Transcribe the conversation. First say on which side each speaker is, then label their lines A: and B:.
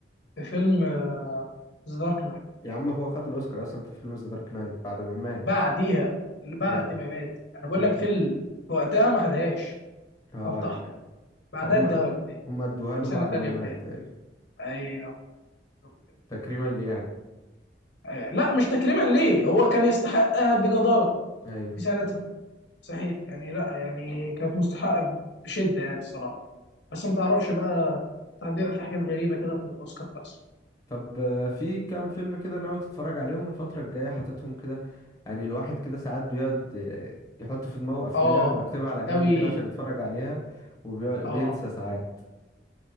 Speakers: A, on the left; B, on the left.
A: في فيلم ذا دارك نايت
B: يا عم هو خد الاوسكار اصلا في فيلم ذا دارك نايت بعد ما مات
A: بعديها بعد
B: اه
A: ما مات انا بقول
B: ايوه
A: لك في ال- في وقتها ما خدهاش
B: اه
A: فانتحر
B: يعني.
A: بعدها
B: فهم
A: اداها له تاني
B: هم ادوها له
A: في سنه
B: بعد
A: تانيه
B: ما مات
A: بتاعي
B: ايوه
A: ايوه بالظبط كده
B: تكريما ليه يعني
A: أيوة. لا مش تكريما ليه هو كان يستحقها بجداره
B: ايوه
A: في سنتها صحيح يعني لا يعني كانت مستحقه بشده يعني الصراحه بس ما تعرفش بقى ساعات بيبقى في حاجات غريبة كده في الأوسكار بس
B: طب آه، في كام فيلم كده ناوي تتفرج عليهم الفترة الجاية حاططهم كده يعني الواحد كده ساعات بيقعد آه، يحط في دماغه أفلام
A: اه
B: ويكتبها على جنب
A: ناوي
B: كده عشان يتفرج عليها وبينسى
A: اه
B: ساعات